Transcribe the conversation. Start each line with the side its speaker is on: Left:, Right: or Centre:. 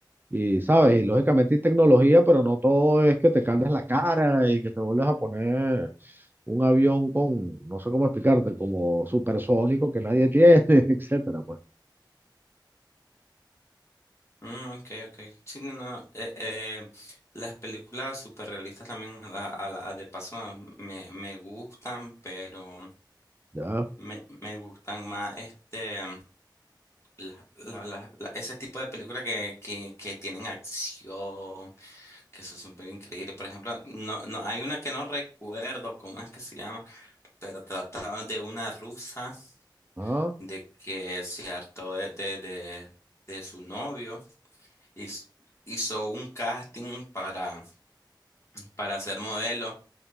Right: y, ¿sabes? Y lógicamente hay tecnología, pero no todo es que te cambias la cara y que te vuelves a poner un avión con, no sé cómo explicarte, como supersónico que nadie tiene, <laughs> etcétera, pues,
Left: Mm, ok, ok. Sí, no, no. eh, eh, las películas superrealistas también, a, a la- de paso, me, me gustan, pero
Right: ya,
Left: me, me gustan más, este, la, la, la- la- ese tipo de películas que, que, que tienen acción Que eso es súper increíble. Por ejemplo, no, no, hay una que no recuerdo cómo es que se llama, pero trataba de una rusa
Right: ah,
Left: de que se hartó de, de, de, de su novio y s- hizo un casting para, para ser modelo